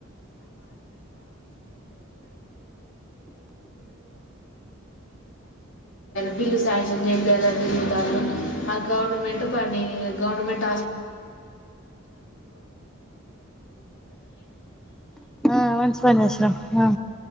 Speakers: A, on the left (about 65°); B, in the centre.
A: బిల్లు శాంక్షన్ చేపియ్యాలి అని చెప్తారు అది గవర్నమెంట్ పని గవర్నమెంట్
B: ఆ మంచి పని చేసినవ్ ఆ